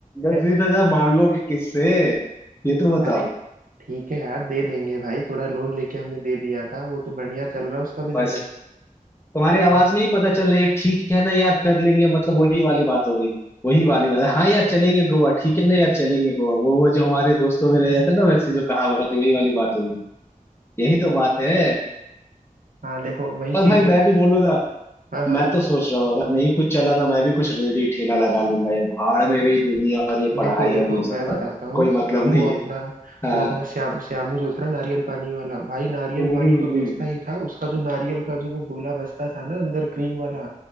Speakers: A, on the left (about 15°); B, on the right (about 70°).
A: दस
B: है
A: बीस हजार मांगोगे किससे ये तो बताओ
B: अरे ठीक है यार दे देंगे भाई थोड़ा लोन लेके हमने दे दिया था वो तो बढ़िया चल रहा है उसका बिजनेस
A: बस तुम्हारी
B: हाँ
A: आवाज में ही पता चल रहा है ये ठीक है ना यार कर लेंगे मतलब वही वाली बात हो गई वही वाली बात है हाँ यार चलेंगे गोवा ठीक है ना यार चलेंगे गोवा वो वो जो हमारे दोस्तों में रह जाता है ना वैसे जो कहावत है वही वाली बात होगी यही तो बात है
B: हाँ, देखो वही
A: पर
B: चीज
A: भाई
B: है
A: मैं भी बोलू ना
B: हाँ हाँ
A: मैं तो सोच रहा हूँ अगर नहीं कुछ चला ना मैं भी कुछ रेडी ठेला लगा लूंगा यार भाड़ में गई दुनिया और ये पढ़ाई
B: देखो देखो
A: और ये सब
B: मैं बताता
A: पर
B: हूँ
A: कोई मतलब
B: अब वो
A: नहीं
B: अपना
A: है हाँ
B: वो अपना श्याम श्यामू जो था ना नारियल पानी वाला भाई नारियल
A: हम्म
B: पानी
A: हम्म
B: तो
A: हम्म।
B: बेचता ही था उसका जो नारियल का जो वो गोला बचता था ना अंदर क्रीम वाला